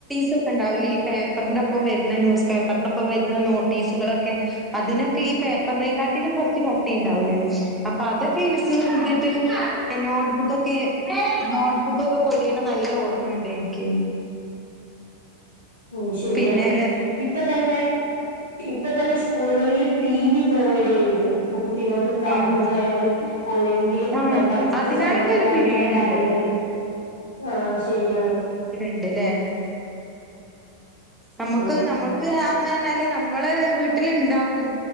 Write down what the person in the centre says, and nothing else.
<unintelligible> ഉണ്ടാവൂലേ ഈ പേപ്പറിന്റെ ഒപ്പം വരുന്ന ന്യൂസ് പേപ്പറിന്റെ ഒപ്പം വരുന്ന നോട്ടീസുകളൊക്കെ അതിനൊക്കെ ഈ പേപ്പറിനേം കാട്ടിലും കൊറച്ച് കട്ടി ഇണ്ടാവൂലേ അപ്പൊ അതൊക്കെ യൂസെയ്തിട്ട് നോട്ട് ബുക്കൊക്കെ നോട്ട്ബുക്കൊക്കെ പൊതിയണ നല്ല ഓർമ്മയുണ്ട് എനിക്ക്
പിന്നെ
ആഹ്
ആഹ്
അതിനായിട്ടൊരു
പിരീഡ്
ഉണ്ട്
ഇണ്ട്ല്ലേ നമുക്ക്
നമ്മ <unintelligible> അന്ന് തന്നെ അയില് നമ്മള് വീട്ടില്ണ്ടാകും